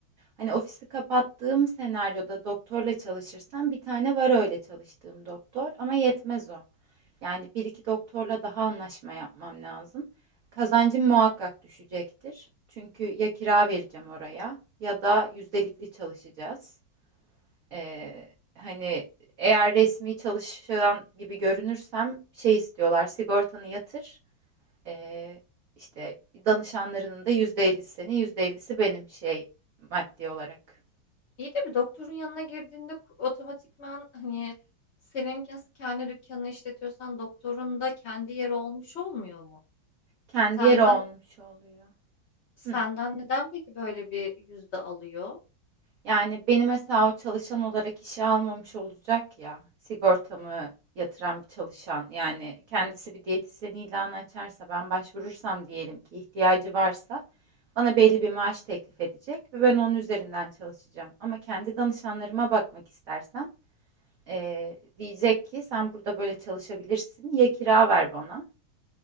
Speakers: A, on the right (about 55°); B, on the left (about 70°).
A: Hani ofisi kapattığım senaryoda doktorla çalışırsam bir tane var öyle çalıştığım doktor ama yetmez o. Yani bir iki doktorla daha anlaşma yapmam lazım. Kazancım muhakkak düşecektir. Çünkü ya kira vereceğim oraya ya da yüzdelikli çalışacağız. Ee, hani eğer resmi çalışan gibi görünürsem şey istiyorlar sigortanı yatır. Ee, işte danışanlarının da %50'si senin %50'si benim şey maddi olarak.
B: İyi de bir doktorun yanına girdiğinde ku- otomatikman hani senin nasıl kendi dükkanını işletiyorsan doktorun da kendi yeri olmuş olmuyor mu?
A: Kendi
B: Senden
A: yeri olmuş oluyor.
B: senden
A: Hı.
B: neden peki böyle bir yüzde alıyor?
A: Yani beni mesela o çalışan olarak işe almamış olacak ya sigortamı yatıran bir çalışan yani kendisi bir diyetisyen ilanı açarsa ben başvurursam diyelim ki ihtiyacı varsa bana belli bir maaş teklif edecek ve ben onun üzerinden çalışacağım. Ama kendi danışanlarıma bakmak istersem eee, diyecek ki sen burada böyle çalışabilirsin ya kira ver bana